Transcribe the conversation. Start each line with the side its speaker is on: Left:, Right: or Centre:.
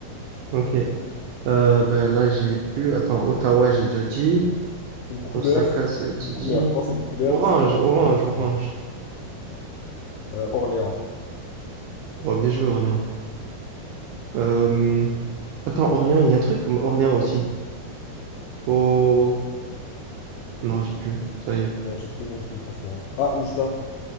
Right: Ok. Euh, ben là, j'ai plus. Attends, Ottawa, j'ai déjà dit.
Left: Une couleur,
Right: Osaka, ça a été
Left: une couleur,
Right: dit.
Left: pense à une couleur,
Right: Orange,
Left: c'est le nom
Right: orange,
Left: du pays.
Right: orange.
Left: Ouais. Euh, Orléans.
Right: Oh, bien joué, Orléans. Euh, Attends, Orléans, il y a un truc comme Orléans aussi. Oh, non, j'ai plus. Ça y est.
Left: Non, j'ai plus non plus, franchement. Ah, Oujda.